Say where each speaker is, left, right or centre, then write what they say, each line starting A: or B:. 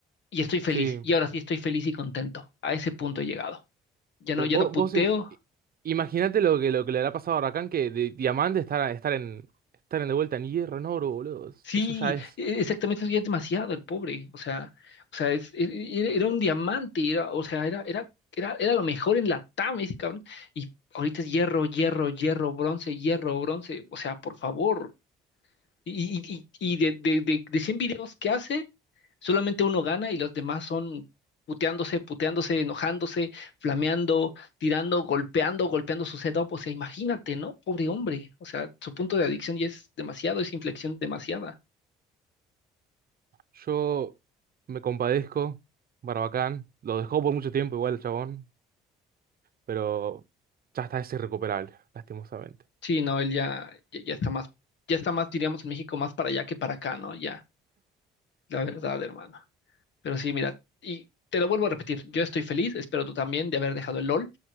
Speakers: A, on the left; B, on the right.
A: Y estoy feliz,
B: Sí.
A: y ahora sí estoy feliz y contento. A ese punto he llegado. Ya no,
B: Pero
A: ya
B: vos,
A: no puteo,
B: vos im- imagínate lo que, lo que le habrá pasado a Rakan que de diamante estar, estar en, estar en de vuelta en hierro, en oro, boludo.
A: Sí,
B: Eso ya es.
A: e- exactamente, eso ya es demasiado el pobre, o sea, o sea, es, e- era, era un diamante, era, o sea, era, era, era, era lo mejor en la TAM ese cabrón, y ahorita es hierro, hierro, hierro, bronce, hierro, bronce, o sea, por favor, y, y, y y de, de, de, de 100 videos que hace, solamente uno gana y los demás son puteándose, puteándose, enojándose, flameando, tirando, golpeando, golpeando su setup, o sea, imagínate, ¿no? Pobre hombre, o sea, su punto de adicción ya es demasiado, es inflexión demasiada.
B: Yo me compadezco, Barbacán. Lo dejó por mucho tiempo igual el chabón, pero ya está, es irrecuperable, lastimosamente.
A: Sí, no, él ya, ya, ya está más, ya está más, diríamos en México, más para allá que para acá, ¿no? Ya, la verdad, hermano. Pero sí, mira, y te lo vuelvo a repetir, yo estoy feliz, espero tú también de haber dejado el LOL.